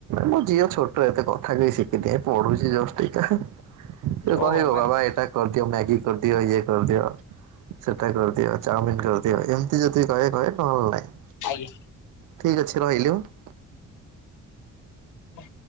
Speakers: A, on the right; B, on the left.
A: ମୋ ଝିଅ ଛୋଟ ଏତେ କଥା କହି ଶିଖି ପଢୁଚି ଯଷ୍ଟ ଏଇ ସେ
B: ଓହୋ
A: କହିବ
B: ମାନେ
A: ବାବା ଏଟା କରିଦିଅ ମ୍ୟାଗି କରିଦିଅ ଇଏ କରିଦିଅ। ସେଟା କରଦିଅ ଚାଉମିିନ କରିଦିଅ ଏମିତି ଯଦି କହେ କହେ ନହେଲେ ନାହିଁ।
B: ଆଜ୍ଞା।
A: ଠିକ୍ ଅଛି ରହିଲି ଅ।
B: ହ